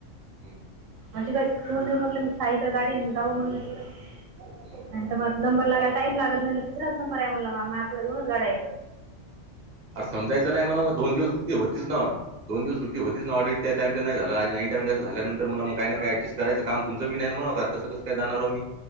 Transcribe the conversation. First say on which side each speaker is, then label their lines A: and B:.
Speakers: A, on the right (about 40°); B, on the right (about 80°).
A: ह
B: माझी का ठीऊन देऊ म्हणलं मी सा हितं गाडी आणि जाऊ म्हणलंं तिकडं.
A: ह
B: <unintelligible> नंबर लागायला टाईम लागल म्हणल तिसराच नंबर आहे म्हणला मा मायापुुढं दोनच गाड्या हायेतं.
A: असं समजायचं नाई म्हणावं म दोन दिवस सुट्टी होतीच ना दोन दिवस सुट्ट होतीच ना ऑडीट त्या टाईमले नाही झालं आणि ऐनटईम असं झाल्यांतर मला काय न काय ऍडजस्ट करायचं काम तुमचं बी नाय म्हणाव का तसं कसं कस काय जाणाराव मी